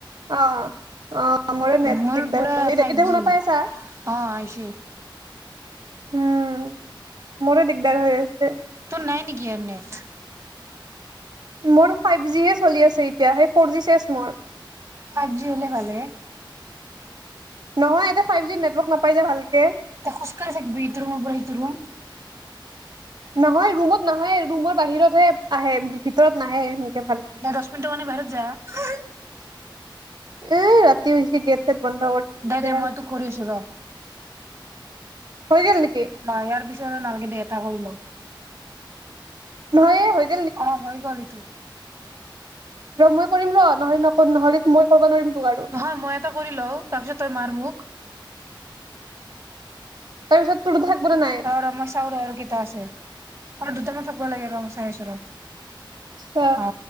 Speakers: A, on the right (about 50°); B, on the right (about 30°).
A: অ'। অ, মোৰে নেট
B: মোৰ
A: দিগদাৰ।
B: পুৰা
A: <unintelligible>
B: ফাইভ
A: এতিয়া
B: জি
A: শুনা পাই আছা?
B: অ আহিছে
A: উম, মোৰে দিগদাৰ হৈ আছে।
B: তোৰ নাই নেকি আৰু নেট?
A: মোৰ ফাইভ জিহে চলি আছে, এতিয়া হে ফ'ৰ জি চেছ মোৰ।
B: ফাইভ জি হ'লে ভালেহে।
A: নহয়, ইয়াতে ফাইভ জি নেটৱৰ্ক নাপাই যে ভালকে!
B: তই খোজকাঢ়ি থাকিবি, ইটো ৰুমৰ পৰা সিটো ৰুম।
A: নহয়, ৰুমত নাহে, ৰুমৰ বাহিৰতহে আহে, ভিতৰত নাহে, এনেকে ভালকে।
B: দে দহ মিনিটৰ কাৰনে বাহিৰত যা।
A: এ, ৰাতি হৈছে, গেট-চেট বন্ধ কৰিছে, এতিয়া
B: দে দে মই
A: আৰু
B: তোক কৰি আছো ৰ।
A: হৈ গ'ল নেকি?
B: ইয়াৰ পিছত আৰু নালাগে দে, এটা কৰি ল'।
A: <unintelligible>
B: অ, হৈ গ'ল ইটো।
A: ৰ মই কৰিম ৰ, তই নকৰ, নহ'লে মই কৰিব নোৱাৰিম তোক আৰু।
B: হয়, মই এটা কৰি লওঁ, তাৰপিছত তই মাৰ মোক?
A: তাৰ পিছত তোৰ থাকিব নে নাই?
B: ৰ, ৰ, মই চাও ৰ, আৰু কেইটা আছে, আৰু দুটামান থাকিব লাগে, ৰ মই চাই আছো ৰ।
A: অ।
B: অ।